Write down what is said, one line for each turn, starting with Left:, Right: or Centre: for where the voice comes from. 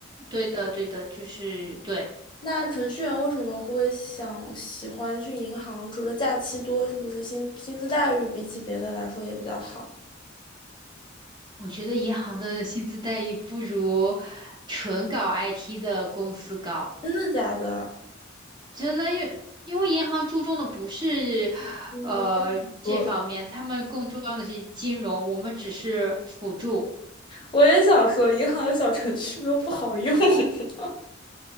Right: 对的，对的，就是对。
Left: 那程序员为什么会想喜欢去银行？除了假期多，是不是薪薪资待遇比起别的来说也比较好？
Right: 我觉得银行的薪资待遇不如纯搞 IT 的公司高。
Left: 真的假的？
Right: 真的，因为因为银行注重的不是
Left: 嗯，
Right: 呃这方面，
Left: 我
Right: 他们更重要的是金融，我们只是辅助。
Left: 我也想说，银行的小程序都不好用，<laughs>